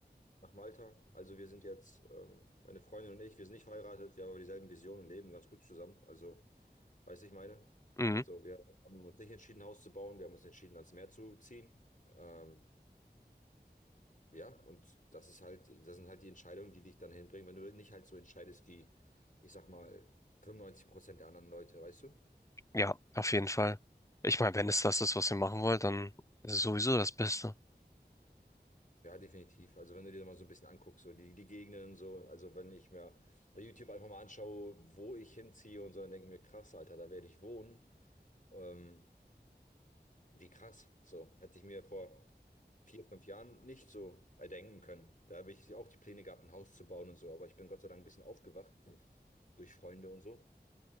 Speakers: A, on the left (about 50°); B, on the left (about 15°).
A: nach Malta. Also wir sind jetzt, ähm, meine Freundin und ich, wir sind nicht verheiratet, wir haben aber dieselben Visionen und leben ganz gut zusammen. Also, weißt du, ich meine?
B: Mhm.
A: So, wir haben uns nicht entschieden, ein Haus zu bauen, wir haben uns entschieden, ans Meer zu ziehen. Ähm, ja, und das ist halt, das sind halt die Entscheidungen, die dich dann hinbringen, wenn du nicht halt so entscheidest wie, ich sag mal, 95 Prozent der anderen Leute, weißt du?
B: Ja, auf jeden Fall. Ich meine, wenn es das ist, was ihr machen wollt, dann ist es sowieso das Beste.
A: Ja, definitiv. Also wenn du dir mal so ein bisschen anguckst, so die, die Gegenden und so, also wenn ich mir bei YouTube einfach mal anschaue, wo ich hinziehe und so, dann denke ich mir, krass, Alter, da werde ich wohnen. Ähm, wie krass. So, hätte ich mir vor vier, fünf Jahren nicht so erdenken können. Da habe ich auch die Pläne gehabt, ein Haus zu bauen und so, aber ich bin Gott sei Dank ein bisschen aufgewacht durch Freunde und so.